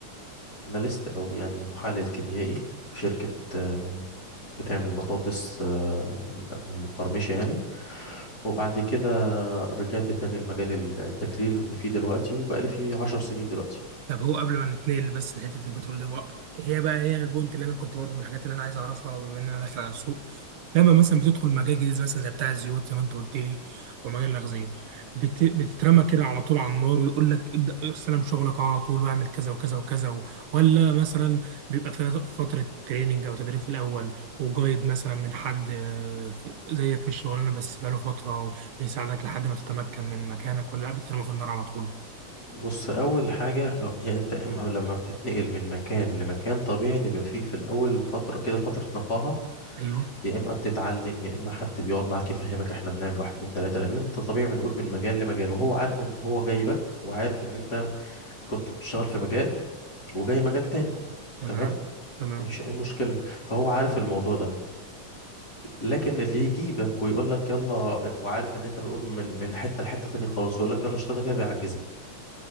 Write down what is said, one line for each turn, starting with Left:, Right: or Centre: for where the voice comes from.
Left: اناليست او يعني محلل كيميائي في شركه آه، بتعمل بطاطس آه، مقرمشة يعني وبعد كده رجعت تاني لمجال التكرير اللي أنا فيه دلوقتي وبقالي فيه عشر سنين دلوقتي
Right: طب هو قبل ما نتنقل بس لحته البترول دي هو هي بقى هي البوينت اللي انا كنت برضه من الحاجات اللي انا عايز اعرفها بما ان انا داخل على السوق لما مثلا بتدخل مجال جديد مثلا زي بتاع الزيوت زي ما انت قلت لي او مجال الاغذيه بت... بتترمى كده على طول على النار ويقول لك ابدا استلم شغلك على طول واعمل كذا وكذا وكذا و... ولا مثلا بيبقى فيها فتره تريننج او تدريب في الاول وجايد مثلا من حد آه، زيك في الشغلانه بس بقاله فتره ويساعدك لحد ما تتمكن من مكانك ولا لا بتترمى في النار على طول
Left: بص أول حاجة آه، يعني أنت إما لما بتتنقل من مكان لمكان طبيعي إن يبقى فيه في الأول فترة كده فترة نقاهة
Right: ايوه
Left: يا إما بتتعلم يا إما حد بيقعد معاك يفهمك إحنا بنعمل واحد اتنين تلاتة لأن أنت طبيعي بنقول من مجال لمجال وهو عارف إن هو جايبك وعارف إن أنت كنت بتشتغل في مجال وجاي مجال تاني
Right: تمام
Left: تمام
Right: تمام
Left: مفيش أي مشكلة فهو عارف الموضوع ده لكن اللي يجيبك ويقول لك يلا وعارف ان انت منقول من من حته لحته تانية خالص ويقول لك يلا اشتغل كده بيعجزك